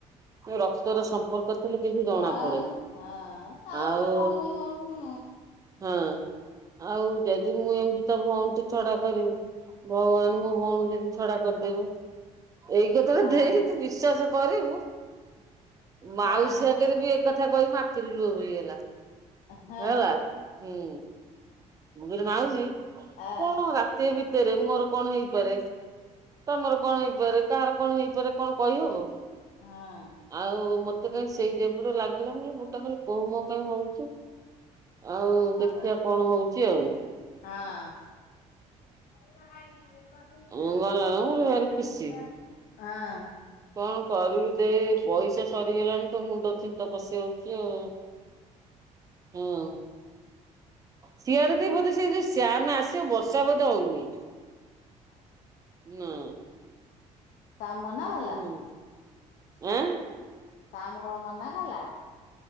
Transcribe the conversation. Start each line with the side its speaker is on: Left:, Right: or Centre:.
Right: ର ତୋର ର ସମ୍ପର୍କ ଥିଲେ କିଛି ଜଣା
Left: ଆଉ
Right: ପଡେ
Left: ହଁ ତା
Right: ଆଉ
Left: ବଲେ ଭଉଣୀ ଭଉଣୀ
Right: ହଁ ଆଉ ମୁଁ ଏମତି ତ ଭଉଣଠୁ ଛଡା କରିମି। ଭଗବାନ ମୋ ଭଉଣୀଙ୍କୁ ଯଦି ଛଡା କରିଦେବ। ଏଇ କଥା
Left: ଆଉ
Right: ଟା ଦେଖେ ତୁ ବିଶ୍ଵାସ କରିବୁ ମାଉସୀ
Left: ହଁ
Right: ଆଗରେ ବି କଥା କହିକି ମୋ ଆଖିରୁ ଲୁହ ବଇଗଲା
Left: ହଁ
Right: ହେଲା ହୁଁ। ମୁଁ କହିଲି ମାଉସି
Left: ଆ
Right: କଣ ରାତି ଭିତରେ ମୋର କଣ ହେଇପାରେ? ତମର କଣ ହେଇପାରେ କାହାର କଣ ହେଇପାରେ କଣ କହିହବ?
Left: ହଁ।
Right: ଆଉ ମତେ କାଇଁ ସେଇ ଟାଇପର ଲାଗିଲା ମୁଁ କହିଲି ଗୋଟା ବହୁ ମୋ ପାଇଁ ହଉଛି ଆଉ। ଦେଖିବା
Left: ହଁ
Right: କଣ ହଉଛି ଆଉ?
Left: ହଁ। <unintelligible>
Right: ହଁ। ଗଲା
Left: ହଁ।
Right: ମୁଁ ଭାରି ଖୁସି। କଣ କରିବି ଦେଇ ପଇସା ସରିଗଲାଣି ତ ମୁଣ୍ଡ ଚିନ୍ତା ପଶିଯାଉଛି ଆଉ ହଁ। ସିଆଡେ ଦେଇ ବୋଧେ ସେ ଯୋଉ ସିଆରମ୍ ଆସିବ ବର୍ଷା ବୋଧେ ହଉନି। ନାଁ।
Left: ଶାମ୍ ମନା କଲା
Right: ହୁଁ
Left: ଶ୍ୟାମ୍
Right: ଆଁ
Left: କଣ ମନା କଲା?